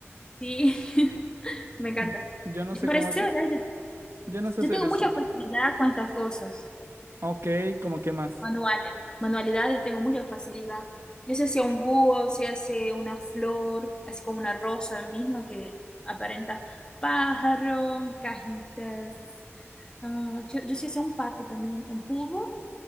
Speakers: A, on the left; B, on the right.
A: Sí, <laughs> me encanta.
B: Y- Yo no sé
A: Parece
B: cómo hacer,
A: verdad, yo,
B: yo no sé
A: yo
B: hacer
A: tengo
B: eso.
A: mucha facilidad con estas cosas.
B: Ok, ¿cómo qué más?
A: Manuales, manualidades, tengo mucha facilidad. Yo sé hacer un búho, sé hacer una flor, así como una rosa mismo que aparenta pájaro, cajitas. Ah, yo, yo sé hacer un pato también, un pulpo,